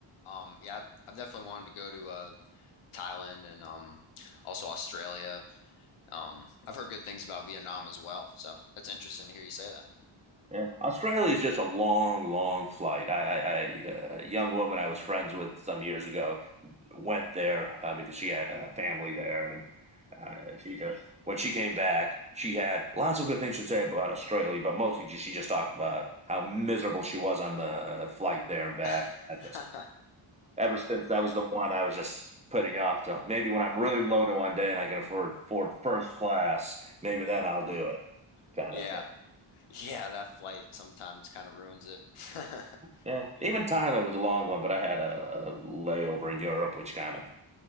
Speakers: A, on the left (about 80°); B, on the right (about 15°).
A: Um, yeah, I've, I've definitely wanted to go to uh Thailand and um also Australia. Um, I've heard good things about Vietnam as well, so that's interesting to hear you say
B: yeah. Australia is just a long, long flight. I, I, I, uh, a young woman I was friends with some years ago went there uh, because she had a family there, and uh, she just when she came back, she had lots of good things to say about Australia, but mostly she just talked about how miserable she was on the flight there and back.
A: that.
B: I just
A: <laughs>
B: ever since that
A: Yeah.
B: was the one I was just putting off till maybe when I'm really loaded one day and I can afford afford first class, maybe then I'll
A: Uh-huh.
B: do it, kind
A: Yeah.
B: of thing.
A: Yeah, that flight sometimes kind of ruins it. <laughs>
B: Yeah,
A: Yeah.
B: even Thailand was a long one, but I had a, a layover in Europe, which kind of